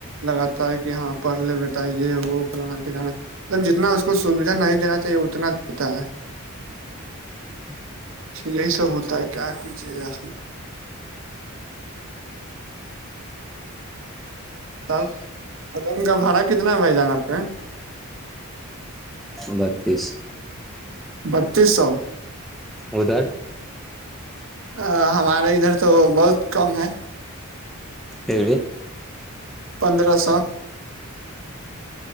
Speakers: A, on the right; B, in the centre.
A: لگاتا ہے کہ ہاں پڑھ لے بیٹا یہ وہ فلانا ٹھکانا مطلب جتنا اس کو سویدھا نہیں دینا چاہیے اتنا دیتا ہے
B: ہ
A: یہی سب ہوتا ہے کیا کیجیے گا تب روم کا بھاڑا کتنا بائی جانا آپ کے
B: بتیس
A: بتیس سو
B: ادھر
A: ا ہمارا ادھر تو بہت کم ہے
B: خی
A: پندرہ سو